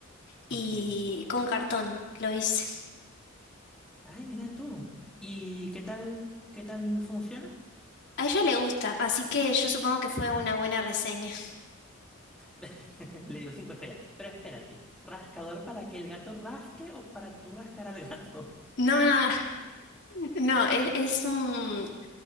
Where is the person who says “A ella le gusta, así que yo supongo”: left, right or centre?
Left